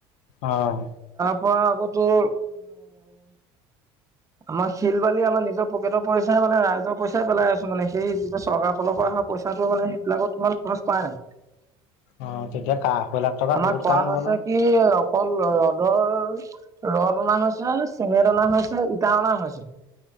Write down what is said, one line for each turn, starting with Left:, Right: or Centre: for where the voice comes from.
Left: অহ।
Right: মই আক তোৰ আমাৰ শিল বালি আমাৰ নিজৰ পকেটৰ পইচাই মানে ৰাইজৰ পইচাই পেলাই আছো মানে সেই যিটো চৰকাৰৰ ফালৰ পৰা অহা প- পইচাটো মানে সেইবিলাক তোমাৰ খৰচ কৰাই নাই।
Left: অ তেতিয়া কা আঢ়ৈ লাখ টকাত
Right: আমাক
Left: বহুত
Right: কোৱা
Left: কাম হ'ব
Right: হৈছে
Left: নহয়
Right: কি অক- অকল ৰ'দৰ ৰ'দ অনা হৈছে চিমেণ্ট অনা হৈছে। তাৰ অনা হৈছে